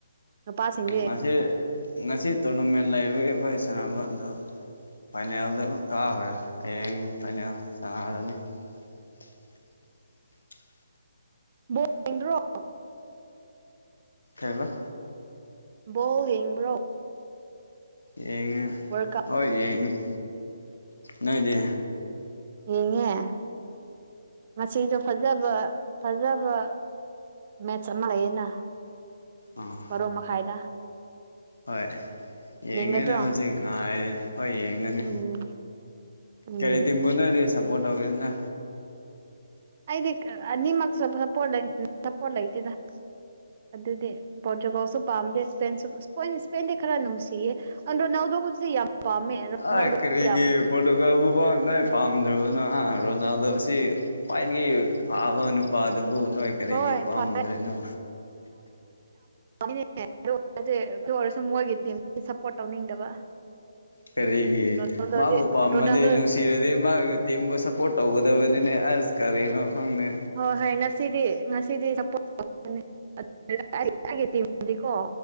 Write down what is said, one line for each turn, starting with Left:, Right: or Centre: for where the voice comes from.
Right: ꯅꯨꯄꯥꯁꯤꯡꯗꯤ
Left: ꯉꯁꯤ ꯉꯁꯤ ꯇꯣꯔꯅꯥꯃꯦꯟ ꯂꯩꯕꯒꯤ ꯑꯩꯈꯣꯏ ꯁꯅꯕꯗ ꯐꯥꯏꯅꯦꯜꯗ ꯀꯥꯈ꯭ꯔꯦ ꯍꯌꯦꯡ ꯐꯥꯏꯅꯦꯜ ꯆꯪꯉꯛꯑꯔꯅꯤ <inaudible>
Right: ꯕ꯭ꯔꯣ
Left: ꯇꯕ
Right: ꯕꯣ ꯌꯦꯡꯕ꯭ꯔꯣ
Left: ꯌꯦꯡꯉ
Right: ꯋꯥꯔꯜ ꯀꯞ
Left: ꯍ ꯌꯦꯡꯉ ꯅꯣꯏꯗꯤ
Right: ꯌꯦꯉꯦ ꯃꯁꯤꯗ ꯐꯖꯕ ꯐꯖꯕ ꯃꯦꯠꯆ ꯑꯃ ꯂꯩꯌꯦꯅ
Left: ꯑꯥ
Right: ꯔꯣ ꯃꯈ ꯐꯥꯏꯗ
Left: ꯍꯣꯏ ꯌꯦꯡꯒꯅꯤ
Right: ꯌꯦꯡꯒꯗ꯭ꯔꯣ
Left: ꯍꯧꯖꯤꯛ ꯉꯥꯏꯔꯦꯅꯦ ꯍꯣꯏ ꯌꯦꯡꯒꯅꯤ
Right: ꯎꯝ ꯎꯝ
Left: ꯀꯔꯤ ꯇꯤꯕꯨꯅꯣꯗꯤ ꯁꯞꯄꯣꯔꯠ ꯇꯧꯒꯦꯅ
Right: ꯑꯩꯗꯤ ꯑꯅꯤꯃꯛ ꯁꯞꯄꯣꯔꯠ ꯁꯞꯄꯣꯔꯠ ꯂꯩꯇꯦꯗ ꯑꯗꯨꯗꯤ ꯕꯣꯔꯇꯒꯥꯎꯁꯨ ꯄꯥꯝꯗꯦ ꯁꯄꯦꯟ ꯗꯦ ꯈꯔꯅꯨꯡꯁꯤꯌꯦꯣ ꯅꯗ ꯌꯥꯝ ꯄꯥꯝꯃꯦ ꯔꯣꯅꯥꯜꯗꯣ
Left: ꯑ ꯀꯔꯤꯒꯤ
Right: ꯌꯥꯝ
Left: ꯄꯒꯕꯨ ꯅꯣꯏ ꯄꯥꯝꯗ꯭ꯔꯕꯅ ꯔꯣꯅꯥꯜꯗꯣ ꯑꯁꯤ ꯈ꯭ꯋꯥꯏꯗꯒꯤ ꯐꯥꯕ ꯅꯨꯄꯥ ꯑꯗꯨ ꯅꯣꯏ ꯀꯔꯤꯒꯤ
Right: ꯍꯣꯏ
Left: ꯄꯥꯝꯗ꯭ꯔꯔꯤꯅꯣ
Right: ꯐ ꯅꯦ ꯑꯣꯏ ꯑꯗꯨ ꯑꯣꯏꯔꯁꯨ ꯃꯣꯏꯒꯤ ꯇꯤꯝ ꯁꯞꯄꯣꯔꯠ ꯇꯧꯅꯤꯡꯗꯕ
Left: ꯀꯔꯤꯒꯤ
Right: ꯔꯣꯅꯥꯜꯗꯣꯗꯤ
Left: ꯃꯥꯕꯨ ꯄꯥꯝꯃꯗꯤ
Right: ꯔꯣꯅꯥꯜꯗꯣ
Left: ꯅꯨꯡꯁꯤꯔꯗꯤ ꯃꯥꯒꯤ ꯇꯤꯝꯕꯨ ꯁꯞꯄꯣꯔꯠ ꯇꯧꯒꯗꯕꯅꯤꯅꯦ ꯑꯁ ꯀꯔꯤꯅꯣ ꯈꯪꯗꯦ
Right: ꯍꯣꯏ ꯍꯣꯏ ꯉꯁꯤꯗꯤ ꯉꯁꯤꯗꯤꯗꯤꯀꯣ